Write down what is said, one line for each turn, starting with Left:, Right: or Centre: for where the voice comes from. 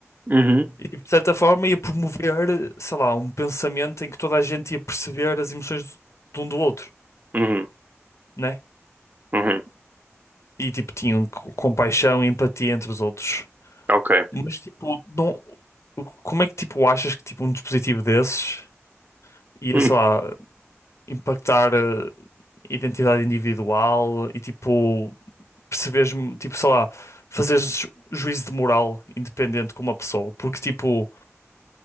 Right: uhum,
Left: E tipo, de certa forma ia promover, sei lá, um pensamento em que toda a gente ia perceber as emoções de um do outro,
Right: uhum,
Left: né?
Right: uhum,
Left: E tipo, tinham co- compaixão e empatia entre os outros.
Right: ok.
Left: Mas tipo, não, como é que tipo achas que tipo um dispositivo desses ia,
Right: Hum,
Left: sei lá, impactar eh, a identidade individual e tipo perceberes, tipo, sei lá, fazeres ju- juízo de moral independente com uma pessoa, porque, tipo,